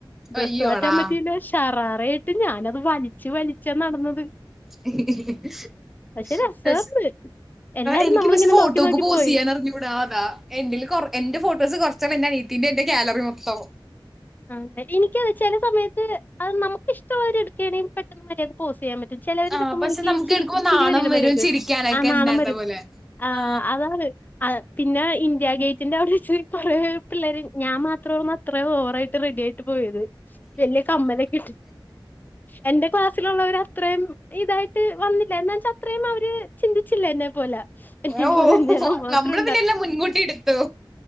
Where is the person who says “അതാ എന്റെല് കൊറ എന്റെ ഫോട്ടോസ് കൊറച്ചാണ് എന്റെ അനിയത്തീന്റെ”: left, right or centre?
Centre